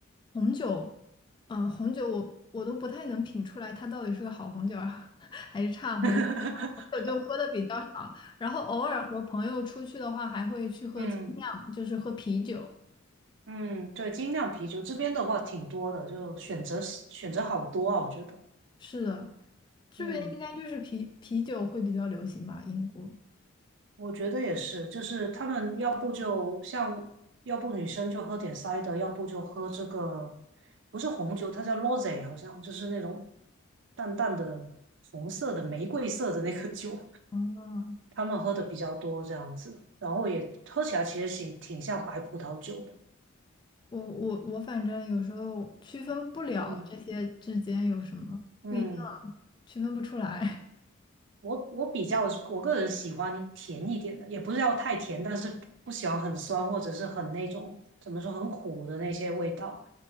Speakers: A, on the left (about 20°); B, on the right (about 60°).
A: 红酒，嗯、红酒我我都不太能品出来它到底是个好红酒啊，<laughs> 还是差红酒。
B: <laughs>
A: 红酒就喝的比较少，然后偶尔和朋友出去的话，还会去喝精酿，
B: 嗯
A: 就是喝啤酒。
B: 嗯，对，精酿啤酒这边的话挺多的，就选择选择好多啊，我觉得。
A: 是的，这边应该就是啤啤酒会比较流行吧，
B: 嗯。
A: 英国。
B: 我觉得也是，就是他们要不就像，要不女生就喝点 c i 要不就喝这个，不是红酒，它叫 r o s e 好像就是那种淡淡的红色的玫瑰色的那个酒，
A: 哦，
B: 他们喝的比较多这样子，然后也喝起来其实挺挺像白葡萄酒的，
A: 我我我反正有时候区分不了这些之间有什么不一样，
B: 嗯嗯。
A: 区分不出来。
B: 我我比较我个人喜欢甜一点的，也不是要太甜，但是不喜欢很酸或者是很那种怎么说很苦的那些味道。